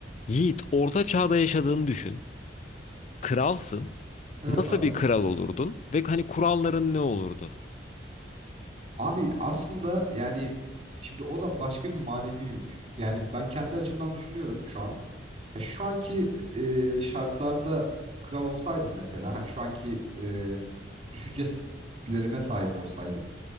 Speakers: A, on the left; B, on the right.
A: Yiğit, orta çağda yaşadığını düşün. Kralsın.
B: Evet
A: Nasıl
B: abi.
A: bir kral olurdun? Ve hani kuralların ne olurdu?
B: Abi aslında yani şimdi o da başka bir manevi yük. Yani ben kendi açımdan düşünüyorum şu an. Ha, şu anki e, şartlarda kral olsaydım mesela hani şu anki e, düşüncelerime sahip olsaydım.